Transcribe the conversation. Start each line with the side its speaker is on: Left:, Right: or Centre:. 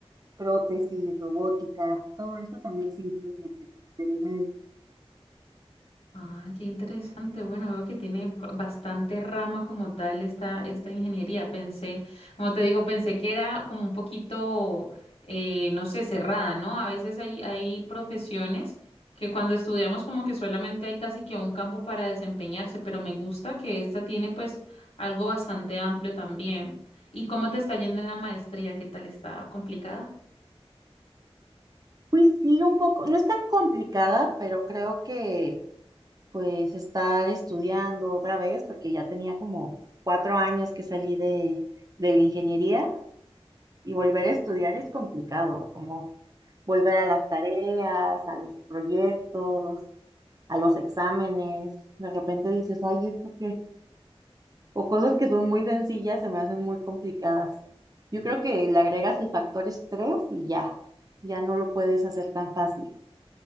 Right: prótesis, robótica, todo eso también se incluye en telemédica.
Left: Ah, qué interesante. Bueno, veo que tiene ba- bastante rama como tal esta, esta ingeniería. Pensé, como te digo, pensé que era como un poquito, eh, no sé, cerrada, ¿no? A veces hay, hay profesiones que cuando estudiamos como que solamente hay casi que un campo para desempeñarse, pero me gusta que esta tiene pues algo bastante amplio también. ¿Y cómo te está yendo en la maestría? ¿Qué tal está complicada?
Right: Pues sí, un poco, no está complicada, pero creo que pues estar estudiando otra vez, porque ya tenía como cuatro años que salí de, de la ingeniería Y volver a estudiar es complicado, como volver a las tareas, a los proyectos, a los exámenes. De repente dices, ay, ¿esto qué? O cosas que son muy sencillas se me hacen muy complicadas. Yo creo que le agregas el factor estrés y ya, ya no lo puedes hacer tan fácil.